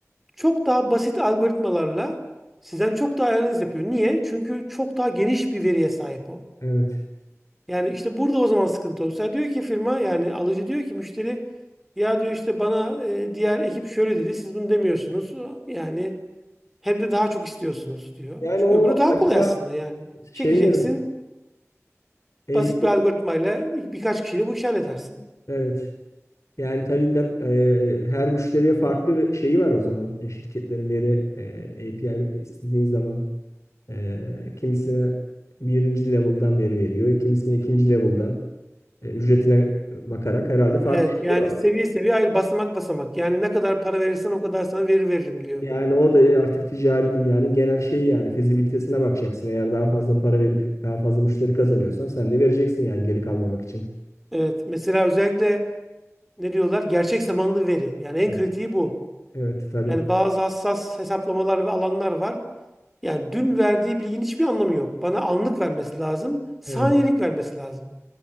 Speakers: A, in the centre; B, on the left.
A: Çok daha basit algoritmalarla sizden çok daha analiz yapıyor. Niye? Çünkü çok daha geniş bir veriye sahip o.
B: Evet.
A: Yani işte burada o zaman sıkıntı olur. Mesela diyor ki firma yani alıcı diyor ki müşteri ya diyor işte bana e, diğer ekip şöyle dedi siz bunu demiyorsunuz. Yani hem de daha çok istiyorsunuz diyor.
B: Yani
A: Çünkü
B: o
A: öbürü daha
B: acaba
A: kolay aslında yani.
B: şeyle
A: Çekeceksin
B: mi? API
A: basit bir algoritmayla birkaç kişiyle bu işi halledersin.
B: evet. Yani tabii de, e, her müşteriye farklı bir şeyi var o zaman e, şirketlerin veri e, API istediğin zaman Ee, kimisine birinci level'dan veri veriyor. Kimisine ikinci level'dan e, ücretine bakarak herhalde farklı
A: Evet
B: şeyler
A: yani
B: var.
A: seviye seviye hayır basamak basamak. Yani ne kadar para verirsen o kadar sana veri veririm diyor.
B: Yani o da artık ticari dünyanın genel şeyi yani fizibilitesine bakacaksın. Eğer daha fazla para verip daha fazla müşteri kazanıyorsan sen de vereceksin yani geri kalmamak için.
A: Evet mesela özellikle ne diyorlar gerçek zamanlı veri. Yani en
B: Evet.
A: kritiği bu.
B: Evet tabii.
A: Yani bazı hassas hesaplamalar ve alanlar var. Yani dün verdiği bilginin hiçbir anlamı yok. Bana anlık vermesi lazım, saniyelik
B: Evet,
A: vermesi lazım.